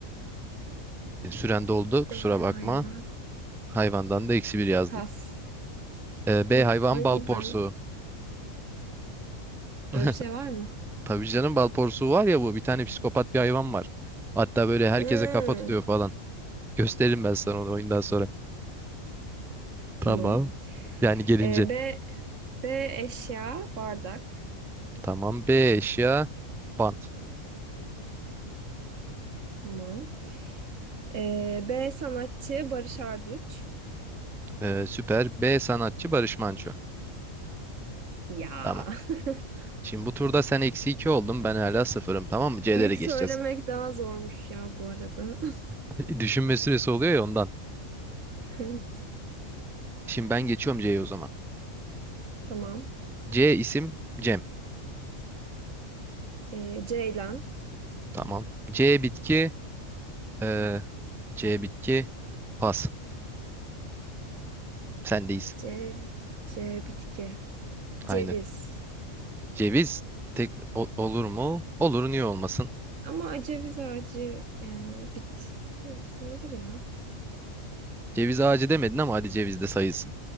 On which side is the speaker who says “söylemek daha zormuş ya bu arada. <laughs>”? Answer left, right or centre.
Right